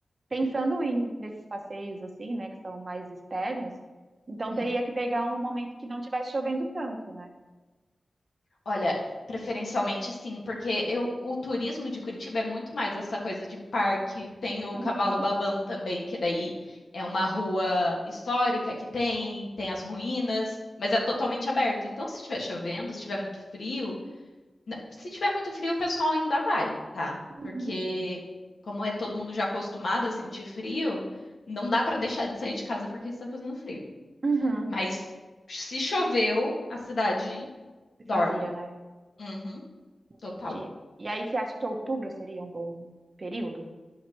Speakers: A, on the right; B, on the left.
A: pensando em nesses passeios assim, né, que são mais externos, então
B: Uhum.
A: teria que pegar um momento que não tivesse chovendo tanto, né?
B: Olha, preferencialmente sim, porque eu, o turismo de Curitiba é muito mais essa coisa de parque. Tem o Cavalo
A: Uhum.
B: Babão também, que daí é uma rua histórica que tem, tem as ruínas, mas é totalmente aberto. Então, se estiver chovendo, se estiver muito frio, Na- Se tiver muito frio, o pessoal ainda vai, tá?
A: Uhum.
B: Porque como é todo mundo já acostumado a sentir frio, não dá pra deixar de sair de casa porque está fazendo frio.
A: Uhum.
B: Mas se choveu, a cidade
A: Isso
B: dorme.
A: Fazia, né?
B: Uhum,
A: Entendi.
B: total.
A: E aí você acha que outubro seria um bom período?